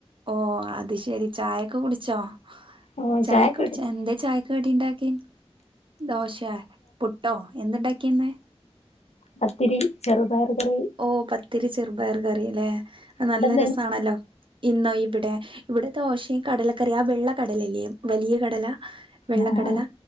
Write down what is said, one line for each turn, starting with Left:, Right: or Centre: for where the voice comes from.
Right: ഓ അത് ശരി ചായൊക്കെ കുടിച്ചോ
Left: ഓഹ്
Right: ചായ
Left: ചായൊക്കെ
Right: കുടിച്ച
Left: കുടിച്ചോ
Right: എന്ത ചായ കടിണ്ടാക്കി ദോശേ പുട്ടോ എന്തെണ്ടാക്കിന്ന്
Left: പത്തിരി ചെറുപയർ കറി
Right: ഓ പത്തിരി ചെറുപയർ കറില്ലേ അത് നല്ല
Left: അവിടെന്തേനു
Right: രസമാണല്ലോ ഇന്നോ ഇവിടെ ഇവിടെ ദോശയും കടലക്കറിയാ ആ വെള്ള കടലല്ലേ വലിയ കടല വെള്ളകടല
Left: ആഹ്